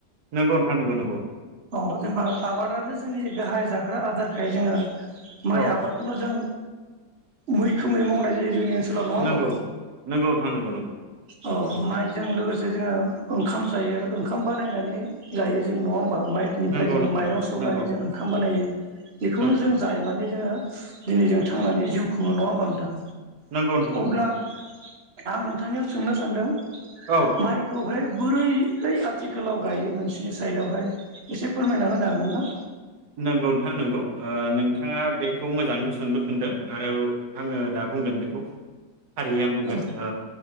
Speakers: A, on the right; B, on the right.
A: नोंगौ नोंथां नोंगौ नोंगौ।
B: अ जेनेबा आबादानो जोंनि गाहाय जाग्रा आदारखाय जोङो। माइ
A: औ
B: आबादखौनो जों मैखोमै मावनाय जायो जोंनि ओनसोल लाव नङा होमबा
A: नंगौ नंगौ नोंथां नंगौ
B: औ
A: नंगौ
B: माइजों लोगो सेजोङो ओंखाम जायो। ओंखाम बानायनानै जायो। जों नङा होनबा। माइनिफ्राय
A: नंगौ
B: जोङो
A: नंगौ
B: माइरं
A: नोंथां
B: सौनानै
A: नंगौ
B: जों ओंखाम बानायो बेखौनो
A: नंगौ
B: जों जानानै जोङो दिनै जों थांनानै जिउखौनो नङा होमबा नोंथां।
A: नोंगौ नोंगौ
B: अब्ला
A: नोंथां।
B: आं नोंथांनियाव सोंनो सानदों
A: औ
B: माइखौहाय बोरैहाय आथिखालाव गायो नोंसिरनि साइदआवहाय? एसे फोरमायना होनो हागोन ना?
A: नोंगौ नोंथां नोंगौ नोंथाङा बेखौ मोजां सोंलु सोंदों आरो आङो दा बुंगोन बेखौ। फारियै आं बुंगोन
B: औ
A: ओ